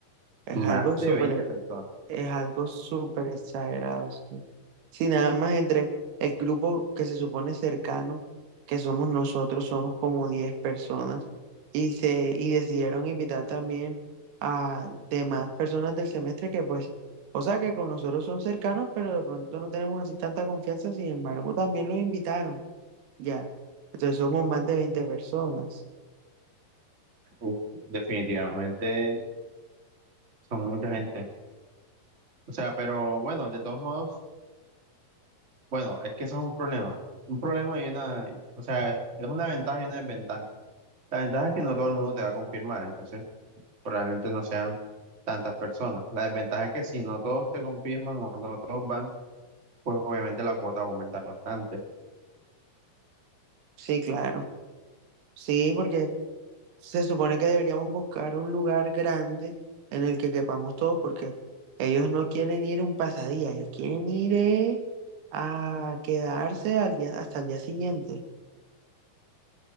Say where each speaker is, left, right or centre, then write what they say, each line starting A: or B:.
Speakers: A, on the right (about 85°); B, on the right (about 25°).
A: es
B: Más
A: algo súper
B: de veinte personas.
A: Es algo súper exagerado, sí. Si nada más entre el grupo que se supone cercano, que somos nosotros, somos como 10 personas, y, se, y decidieron invitar también a demás personas del semestre que pues, o sea, que con nosotros son cercanos, pero de pronto no tenemos así tanta confianza, sin embargo, también los invitaron, ya. Entonces somos más de 20 personas.
B: Uf, definitivamente son mucha gente. O sea, pero bueno, de todos modos, bueno, es que eso es un problema. Un problema y una, o sea, es una ventaja y una desventaja. La ventaja es que no todo el mundo te va a confirmar, entonces probablemente no sean tantas personas. La desventaja es que si no todos te confirman o no todos van, pues obviamente la cuota va a aumentar bastante.
A: Sí, claro. Sí, porque Se supone que deberíamos buscar un lugar grande en el que quepamos todos, porque ellos no quieren ir un pasadía, ellos quieren ir eh, a quedarse al día, hasta el día siguiente.